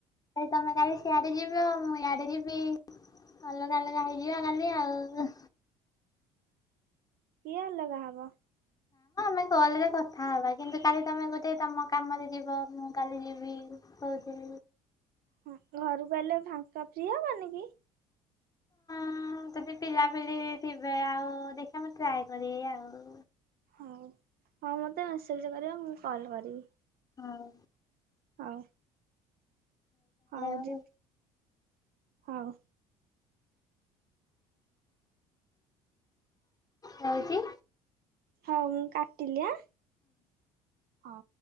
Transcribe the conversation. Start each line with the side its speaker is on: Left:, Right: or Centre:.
Left: କଲି ତମେ କାଲି ସିଆଡେ ଯିବି ଆ ମୁଁ ଇଆଡେ ଯିବି। ଅଲଗା ଅଲଗା ହେଇଯିବା କାଲି ଆଉ
Right: କିଏ ଲଗା ହବ।
Left: ମେ ଗଲେରେ କଥା ହବା କିନ୍ତୁ କାଲି ତମେ ଗୋଟେ ତମ କାମରେ ଯିବ ମୁଁ କାଲି ଯିବି କହୁଥିଲି।
Right: ହ ଘରୁକୁ ଅଇଲେ ଫାଙ୍କା ଫ୍ରି ହବନି କି?
Left: ହଁ ଯଦି ପିଲାପିଲି ଥିବେ ଆଉ ଦେଖିବା ମୁଁ ଟ୍ରାଏ କରିବି ଆଉ।
Right: ହଉ ହଉ ମତେ ମେସେଜ କରିବ ମୁଁ କଲ୍ କରିବି।
Left: ହୋଉ।
Right: ହଉ। ହଉ
Left: ଆଉ
Right: ଯଦି ହୋଉ।
Left: ରହୁଚି।
Right: ହଉ ମୁଁ କାଟିଲି ଆଁ ହଉ।